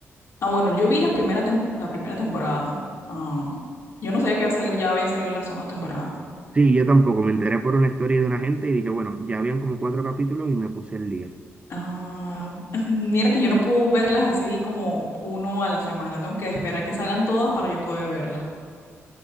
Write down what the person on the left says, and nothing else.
ah, bueno, yo vi la primera, tem- la primera temporada. Ah, yo no sabía que iba a salir- ya había salido la segunda temporada.
Ah, <laughs> mira que yo no puedo verlas así como uno a la semana. Tengo que esperar que salgan todas para yo poder verlas.